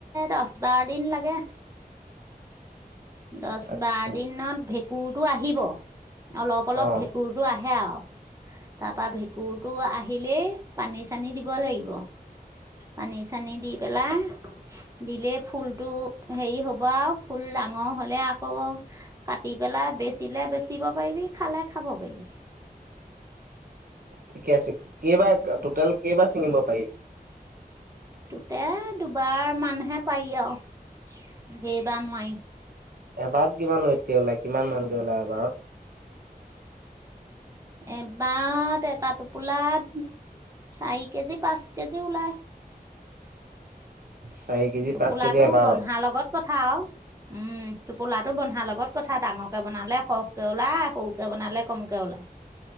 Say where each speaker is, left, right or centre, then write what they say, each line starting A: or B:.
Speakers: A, on the right; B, on the right.
A: দহ, বাৰ দিন লাগে। দহ
B: আচ্ছা
A: বাৰ দিনত কুৰতো আহিব। অলপ অলপ
B: অ',
A: ভেঁকুৰটো আহে আৰু তাৰপৰা ভেঁকুৰটো আহিলেই পানী চানী দিব লাগিব পানী চানী দি পেলাই দিলে ফুলতটো হেৰি হ'ব আৰু ফুল ডাঙৰ হ'লে আকৌ কাটি পেলাই বেচিলে বেচিব পাৰিবি, খালে খাব পাৰিবি।
B: ঠিকে আছে কেইবা টোটেল কেইবাৰ ছিঙিব পাৰি?
A: ততে দুবাৰ মানহে পাৰি আৰু ধেৰবাৰ নোৱাৰি।
B: এবাৰ কিমান লৈতাই কে ওলাই কিমানানকে ওলাই এবাৰত?
A: এবাৰ এটা টোপোলাত চাৰি কেজি, পাঁচ কেজি ওলাই।
B: চাৰি কেজি
A: টোপোলাটো
B: পাঁচ কেজি এবাৰত
A: বন্ধাৰ লগত কথা আৰু। উম, টোপোলাটো বন্ধাৰ লগত কথা ডাঙৰকে বনালে সৰহকে ওলাই সৰুকে বনালে কমকে ওলায়।